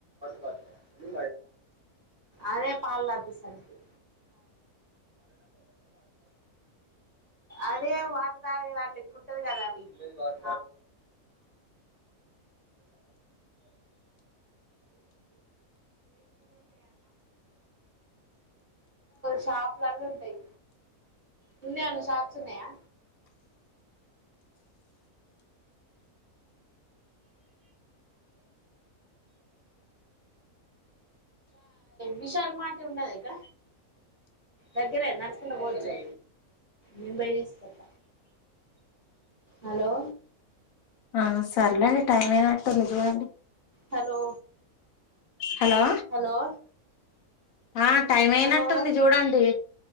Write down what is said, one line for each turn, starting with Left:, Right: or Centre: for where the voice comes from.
Right: బాటి అదే పాల తపిస్తాను అదే వాటరక్ంటది కదా అవి యా షప్ల ఉంటాయి ముందేన్న షాప్స్ ఉన్నాయా విశల్ మాట ఉన్నది ఇక్క దగ్గరే నడుచకుంటడా పోవచ్చు ముంబై తీస్తప్ప హలో
Left: ఆ సర్లేండి టైం ఏనాంటేందిదినండి
Right: హలో
Left: హలో
Right: హలో
Left: ఆ టైం అయినట్టుంది
Right: హలో
Left: చూడండి.